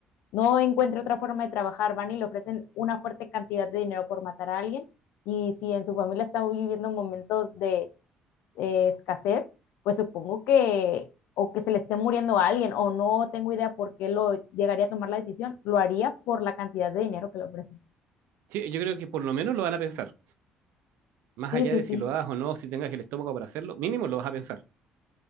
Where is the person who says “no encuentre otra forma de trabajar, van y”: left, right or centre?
Left